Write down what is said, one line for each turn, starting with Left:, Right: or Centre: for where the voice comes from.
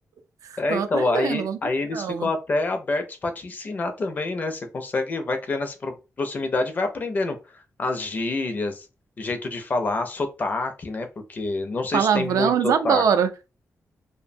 Right: <laughs>
Left: É,
Right: tô
Left: então,
Right: aprendendo,
Left: aí,
Right: vamos
Left: aí
Right: com
Left: eles
Right: calma.
Left: ficam até abertos para te ensinar também, né? Você consegue, vai criando essa pro- proximidade e vai aprendendo as gírias, jeito de falar, sotaque, né? Porque não sei
Right: Palavrão,
Left: se tem muito
Right: eles
Left: sotaque.
Right: adoram.